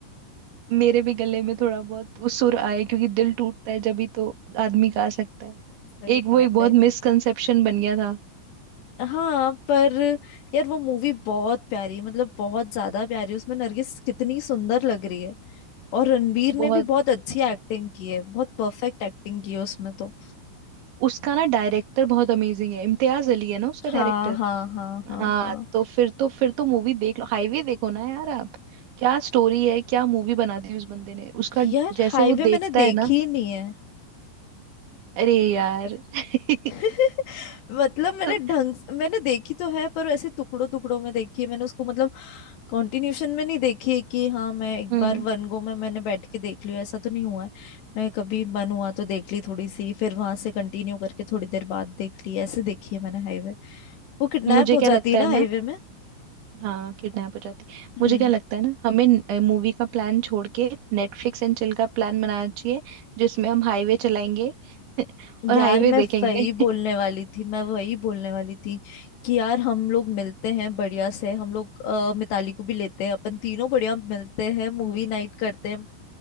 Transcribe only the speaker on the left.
सही
बात
है
हाँ पर यार वो मूवी बहुत प्यारी मतलब बहुत ज्यादा प्यारी उसमें नरगिस कितनी सुंदर लग रही है और रणवीर
ने भी बहुत अच्छी एक्टिंग की है बहुत परफेक्ट एक्टिंग की है उसमें तो
हाँ हाँ हाँ हाँ
हाँ
यार हाईवे
मैंने देखी
ही नहीं है
<laughs> मतलब मैंने
ढंग से- मैंने देखी तो है पर ऐसे टुकड़ों टुकड़ों में देखी है मैंने उसको मतलब कंटिन्यूशन में नहीं देखी है कि हाँ मैं एक
बार वन गो में मैंने बैठ के देख लिया ऐसा तो नहीं हुआ है मैं कभी मन हुआ तो देख ली थोड़ी सी फिर वहां से कंटिन्यू करके थोड़ी देर बाद देख ली ऐसे देखी है मैंने हाईवे वो किडनैप
हो
जाती है ना
हाईवे में
हम्म
यार
मैं
वही बोलने वाली थी मैं वही बोलने वाली थी कि यार हम लोग मिलते हैं बढ़िया से हम लोग अ, मिताली को भी लेते हैं अपन तीनों बढ़िया मिलते हैं मूवी नाइट करते हैं